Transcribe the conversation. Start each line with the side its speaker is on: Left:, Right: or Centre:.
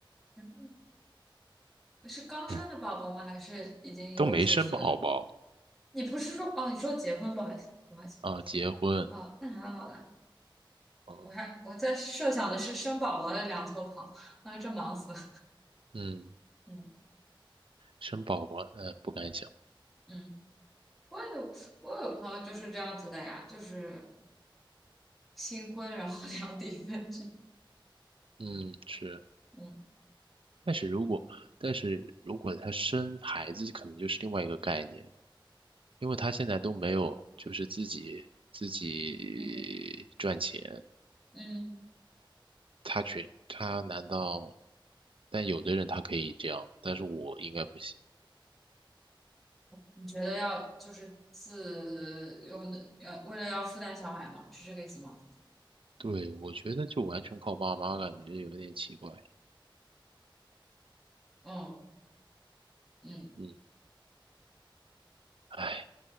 Centre: 嗯，是刚生的宝宝吗？
Right: 该。唉
Centre: 还是已经有几岁了？
Right: 都没生宝宝
Centre: 你不是说哦？你说结婚，不好意思，不好意思，
Right: 啊，
Centre: 不好意思。
Right: 结婚，
Centre: 哦，那还好了，
Right: 嗯
Centre: 我还我在设想的是生宝宝的两头跑，啊，这忙死了。
Right: 嗯，
Centre: 嗯
Right: 生宝宝，呃，不敢想，
Centre: 嗯，我也有我有朋友就是这样子的呀，就是新婚然后 <laughs> 两地分居。
Right: 嗯是，
Centre: 嗯
Right: 但是如果但是如果他生孩子，可能就是另外一个概念，因为他现在都没有就是自己自己赚钱。
Centre: 嗯嗯，
Right: 他全他难道？但有的人他可以这样，但是我应该不行。
Centre: 你觉得要就是自有要为了要负担小孩吗？是这个意思吗？
Right: 对，我觉得就完全靠爸妈，感觉有点奇怪。
Centre: 嗯嗯，
Right: 嗯唉，